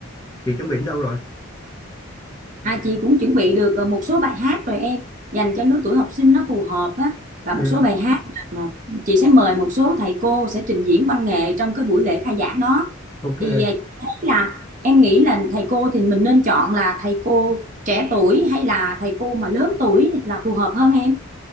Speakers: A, on the left; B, on the right.
A: Chị chuẩn bị đến đâu rồi?
B: À, chị cũng chuẩn bị được ờ, một số bài hát rồi em dành cho lứa tuổi học sinh nó phù hợp á và
A: Ừ,
B: một số bài hát ờ, chị sẽ mời một số thầy cô sẽ trình diễn văn nghệ trong cái buổi lễ khai giảng đó
A: Ok.
B: thì ờ, chị thấy là em nghĩ là thầy cô thì mình nên chọn là thầy cô trẻ tuổi hay là thầy cô mà lớn tuổi là phù hợp hơn em